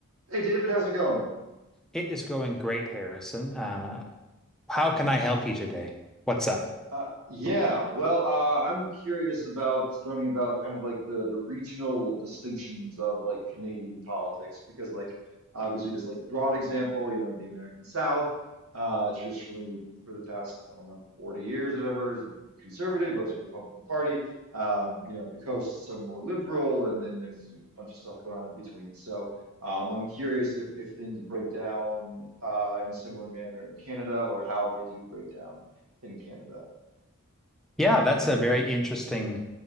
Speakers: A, on the right (about 85°); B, in the centre.
A: Hey David, how's it going?
B: It is going great, Harrison. Uh, how can I help you today? What's up?
A: Uh, yeah, well, uh, I'm curious about learning about kind of like the the regional distinctions of like Canadian politics because like obviously just like broad example, you know, the American South, uh, traditionally for the past, I don't know, 40 years or whatever, is conservative, votes for the Republican Party. Um, you know, the coasts are more liberal, and then there's a bunch of stuff going on in between. So, um, I'm curious if if things break down uh, in a similar manner in Canada or how they do break down in Canada.
B: Yeah, that's a very interesting